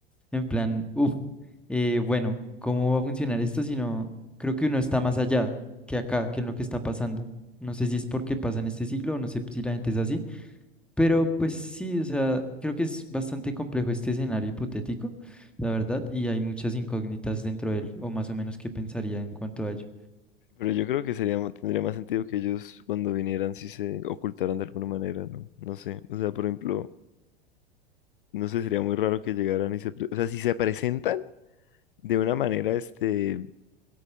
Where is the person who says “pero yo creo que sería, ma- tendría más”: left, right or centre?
Left